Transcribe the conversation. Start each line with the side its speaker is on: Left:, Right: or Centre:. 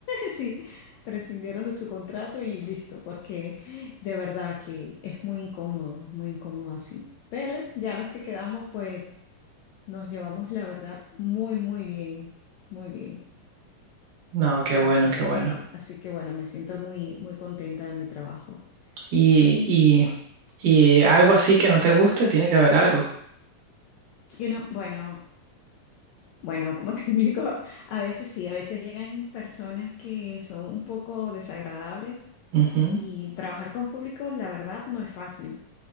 Left: Sí, prescindieron de su contrato y listo, porque de verdad que es muy incómodo, es muy incómodo así. Pero ya los que quedamos, pues nos llevamos la verdad muy, muy bien, muy bien.
Right: No, qué bueno,
Left: Así
Right: qué
Left: que,
Right: bueno.
Left: así que bueno, me siento muy, muy contenta de mi trabajo.
Right: Y,
Left: Y
Right: y, y algo así que no te guste, tiene que haber algo.
Left: que no, bueno, bueno, como <laughs> te explico, a veces sí, a veces llegan personas que son un poco desagradables
Right: Ujú.
Left: y trabajar con público, la verdad, no es fácil.